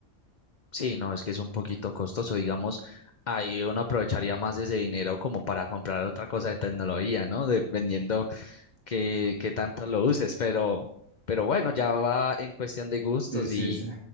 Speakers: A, on the left; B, on the right.
A: Sí, no, es que es un poquito costoso, digamos, ahí uno aprovecharía más ese dinero como para comprar otra cosa de tecnología, ¿no? Dependiendo qué, qué tanto lo uses, pero, pero bueno, ya va en cuestión de gustos
B: Sí, sí,
A: y,
B: sí.